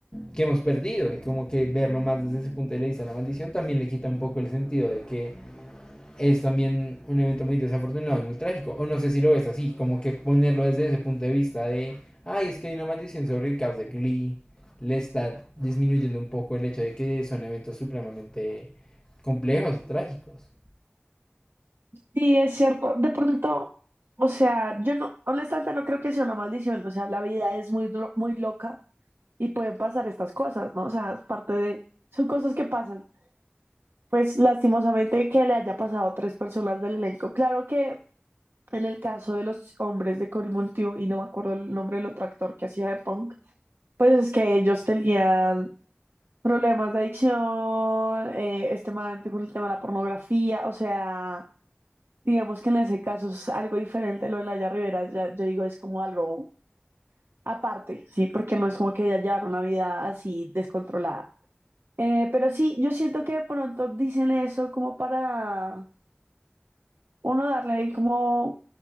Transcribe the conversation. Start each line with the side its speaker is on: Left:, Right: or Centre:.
Left: que hemos perdido y como que verlo más desde ese punto de vista, la maldición también le quita un poco el sentido de que es también un evento muy desafortunado y muy trágico. O no sé si lo ves así, como que ponerlo desde ese punto de vista de, ay, es que hay una maldición sobre el cast de Glee, le está disminuyendo un poco el hecho de que son eventos supremamente complejos y trágicos.
Right: Sí, es cierto. De pronto, o sea, yo no, honestamente no creo que sea una maldición. O sea, la vida es muy, lo- muy loca y pueden pasar estas cosas, ¿no? O sea, es parte de, son cosas que pasan. Pues lastimosamente que le haya pasado a tres personas del elenco. Claro que en el caso de los hombres de Cory Monteith, y no me acuerdo el nombre del otro actor que hacía de Punk, pues es que ellos tenían Problemas de adicción, eh, este man con el tema de la pornografía, o sea, digamos que en ese caso es algo diferente lo de laia Rivera, ya, yo digo, es como algo aparte, ¿sí? Porque no es como que ella llevara una vida así descontrolada. Eh, pero sí, yo siento que de pronto dicen eso como para, uno, darle como